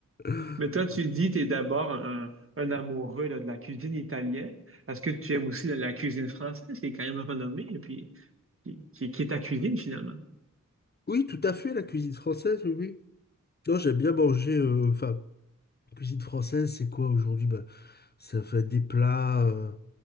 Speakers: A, on the left; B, on the right.
A: Euh,
B: Mais toi, tu dis, tu es d'abord un, un amoureux là, de la cuisine italienne. Est-ce que tu aimes aussi la, la cuisine française, qui est quand même renommée, et puis qui, qui, qui est ta cuisine finalement?
A: oui, tout à fait, la cuisine française, oui, oui. Non, j'aime bien manger, euh, enfin, cuisine française, c'est quoi aujourd'hui? Bah, ça fait des plats. euh,